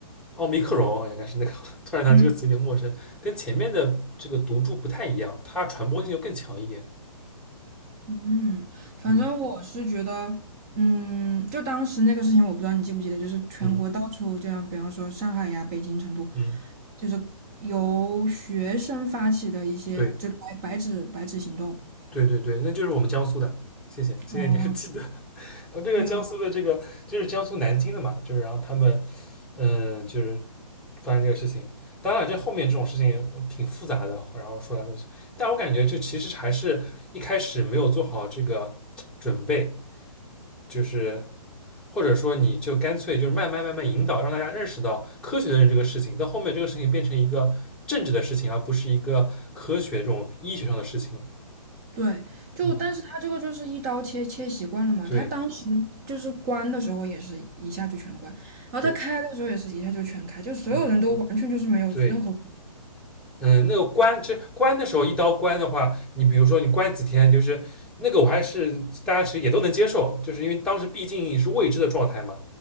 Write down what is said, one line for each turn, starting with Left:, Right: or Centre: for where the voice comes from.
Centre: 奥密克戎啊应该是那个，<laughs> 突然想这个词有点陌生，
Right: 嗯
Centre: 跟前面的这个毒株不太一样，它传播性就更强一点，
Right: 嗯，反正我是觉得，
Centre: 嗯
Right: 嗯，就当时那个事情，我不知道你记不记得，就是全国到处，
Centre: 嗯
Right: 这样，比方说上海呀、北京、成都，
Centre: 嗯，
Right: 就是由学生发起的一些，
Centre: 对。
Right: 就白白纸白纸行动。
Centre: 对对对，那就是我们江苏的，谢谢谢谢你还记得。
Right: 哦，
Centre: <laughs> 呃，这个江苏的这个就是江苏南京的嘛，
Right: 没有过
Centre: 就是然后他们嗯，就是发生这个事情。当然了这后面这种事情呃挺复杂的，然后说来说去，但我感觉这其实还是一开始没有做好这个准备，就是或者说你就干脆就是慢慢慢慢引导，让大家认识到科学的人这个事情，到后面这个事情变成一个政治的事情，而不是一个科学这种医学上的事情了。
Right: 对，就但是他这个就是一刀切切习惯了嘛，
Centre: 嗯，对
Right: 他当时就是关的时候也是一下就全关，然后他开的时候也是一下就全开，
Centre: 对，
Right: 就所有人都完全就是没有任何，
Centre: 嗯。对，嗯，那个关，其实关的时候一刀关的话，你比如说你关几天，就是那个我还是大家其实也都能接受，就是因为当时毕竟是未知的状态嘛。